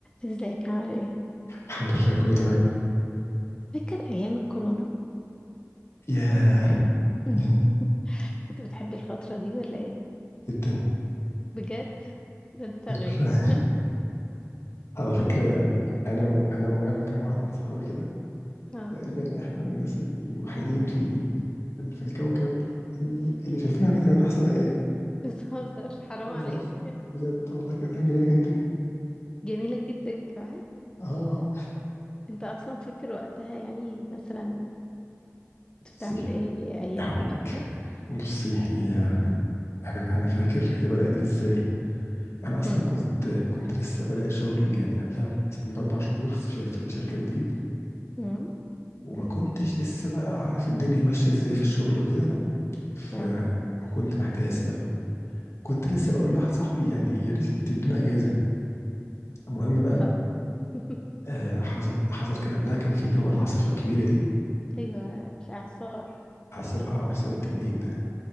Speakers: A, on the left (about 20°); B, on the left (about 60°).
A: ازيك عامل ايه؟
B: الحمد لله كله تمام
A: فاكر أيام الكورونا؟
B: ياه
A: مم.
B: <laughs>
A: كنت بتحب الفترة دي ولا ايه؟
B: جدا
A: بجد ده انت
B: فكرة
A: غريب
B: على فكرة يعني أنا وأنا وأنا وكام واحد من صحابي كده
A: ها
B: تقريبا إحنا الناس الوحيدين في ال... في الكوكب اللي شايفين إن كانت أحسن أيام
A: بتهزر حرام
B: والله
A: عليك
B: بجد والله كانت أيام جميلة جدا
A: جميلة جدا كمان
B: آه
A: انت أصلا فاكر وقتها يعني مثلا كنت
B: بصي
A: بتعمل ايه أيامها
B: هقول
A: وكده؟
B: لك بصي هي أنا أنا فاكر هي بدأت إزاي أنا أصلا
A: مم.
B: كنت كنت لسه بادئ شغل يعني قبلها مثلا بأربع شهور في في الشركة جديد
A: مم.
B: وما كنتش لسه بقى عارف الدنيا ماشية ازاي في الشغل وكده ف
A: اه
B: وكنت محتاس بقى كنت لسه بقول لواحد صاحبي يعني يا ريت تدونا اجازة المهم بقى
A: اه <laughs>
B: آه حصل حصل كان قبلها كان في اللي هو العاصفة الكبيرة دي
A: أيوه الإعصار
B: عصر اه عصر التنين ده